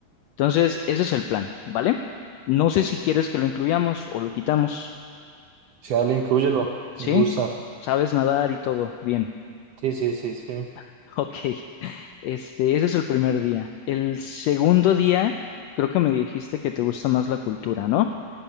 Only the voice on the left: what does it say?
Entonces, ese es el plan, ¿vale? No sé si quieres que lo incluyamos o lo quitamos,
¿sí?
Sabes nadar y todo, bien.
<laughs> Ok, este, ese es el primer día. El segundo día, creo que me dijiste que te gusta más la cultura, ¿no?